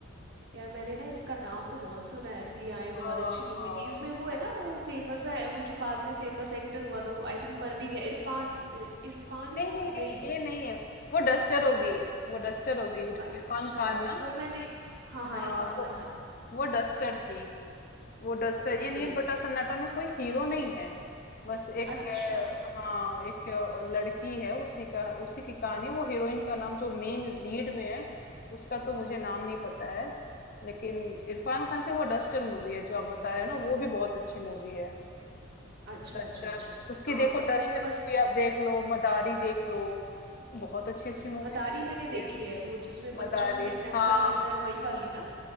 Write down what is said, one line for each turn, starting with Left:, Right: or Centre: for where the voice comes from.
Right: यार मैंने ना इसका नाम तो बहुत सुना है कि हाँ ये बहुत
Left: आ,
Right: अच्छी मूवी थी इसमें वो है
Left: बड़ी
Right: ना वो फेमस है वो जो बाद में फेमस एक्टर हुआ था वो आई थिंक मर भी गया इरफान इर, इरफान या
Left: नहीं नहीं
Right: नहीं
Left: नहीं ये नहीं है वो डस्टर होगी वो डस्टर होगी इरफ-
Right: अच्छा
Left: इरफान खान ना
Right: पर मैंने हाँ
Left: हाँ
Right: हाँ इरफान
Left: वो
Right: खान
Left: वो डस्टर थी वो डस्टर
Right: ओके
Left: ये नील बट्टा सन्नाटा में कोई हीरो नहीं है बस एक
Right: अच्छा
Left: है हाँ एक अ, लड़की है उसी का उसी की कहानी वो हीरोइन का नाम जो मेन लीड में है उसका तो मुझे नाम नहीं पता है लेकिन इरफान खान की वो डस्टर मूवी है जो आप बता रहे हो ना वो भी बहुत अच्छी मूवी है
Right: अच्छा
Left: डस्टर
Right: अच्छा अच्छा
Left: उसकी
Right: हाँ
Left: देखो
Right: फिर
Left: डस्टर
Right: मैंने
Left: मूवी
Right: बस
Left: आप देख लो मदारी देख लो बहुत अच्छी अच्छी
Right: हम्म,
Left: मूवीज
Right: मदारी
Left: मूवी
Right: मैंने
Left: की
Right: देखी
Left: है
Right: है वो जिसमें बच्चे
Left: मदारी
Right: को किडनैप
Left: हाँ
Right: कर
Left: हाँ
Right: लेता है वही वाली ना